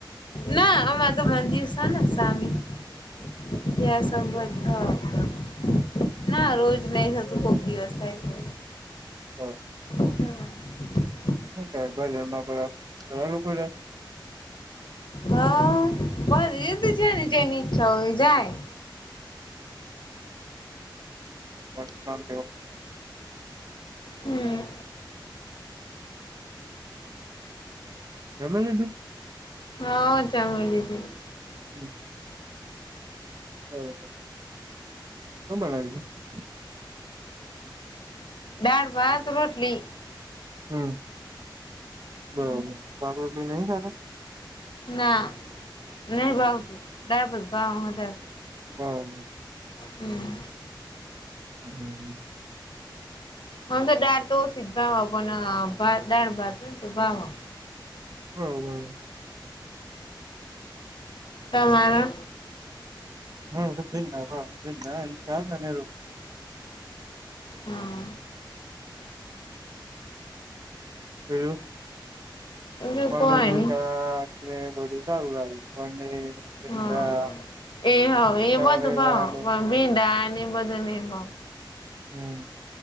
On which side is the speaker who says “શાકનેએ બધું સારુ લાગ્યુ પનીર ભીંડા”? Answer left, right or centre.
Right